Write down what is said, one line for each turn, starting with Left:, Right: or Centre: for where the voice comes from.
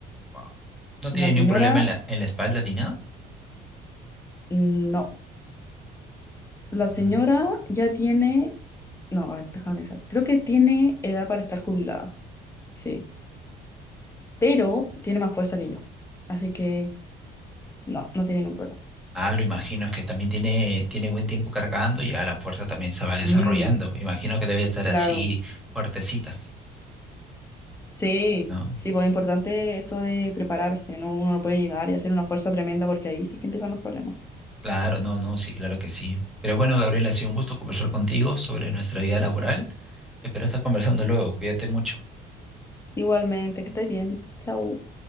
Centre: Wow. No tiene
Left: Y la señora,
Centre: ni un problema en la, en la espalda ni nada.
Left: mm, no. La señora
Centre: Mm.
Left: ya tiene, no, a ver, déjame pensar. Creo que tiene edad para estar jubilada, sí. Pero tiene más fuerza que yo. Así que, no, no tiene ningún problema.
Centre: Ah, lo imagino, es que también tiene, tiene buen tiempo cargando y ya la fuerza también se va desarrollando.
Left: Mm,
Centre: Imagino que debe estar
Left: claro.
Centre: así fuertecita,
Left: Sí,
Centre: ¿no?
Left: sí, pues es importante eso de prepararse, ¿no? Uno no puede llegar y hacer una fuerza tremenda porque ahí sí que empiezan los problemas.
Centre: Claro, no, no, sí, claro que sí. Pero bueno, Gabriel, ha sido un gusto conversar contigo sobre nuestra vida laboral. Espero estar conversando luego. Cuídate mucho.
Left: Igualmente, que estés bien. Chau.